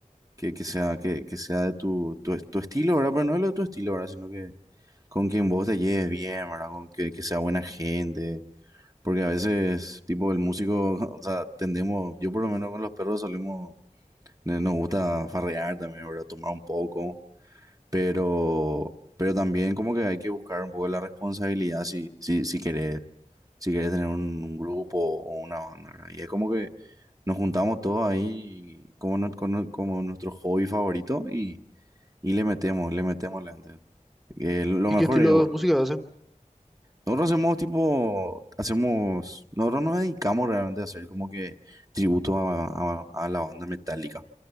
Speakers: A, on the right (about 25°); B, in the centre.
A: que, que sea, que, que sea de tu, tu, tu estilo, ¿verdad? Pero no de lo de tu estilo, ¿verdad? Sino que con quien vos te lleves bien, ¿verdad? Con que, que sea buena gente. Porque a veces, tipo, el músico, <laughs> o sea, tendemos, yo por lo menos con los perros solemos, eh, nos gusta farrear también, ¿verdad? Tomar un poco pero, pero también como que hay que buscar un poco la responsabilidad si, si, si querés, si querés tener un, grupo o una banda, ¿verdad? Y es como que nos juntamos todos ahí como, no- como, como nuestro hobby favorito y, y le metemos, le metemos le antes. Eh, lo lo
B: ¿Y
A: mejor
B: qué estilo
A: es, boludo.
B: de música hacen?
A: Nosotros hacemos tipo, hacemos, nosotros nos dedicamos realmente a hacer como que tributos a, a- a la banda metálica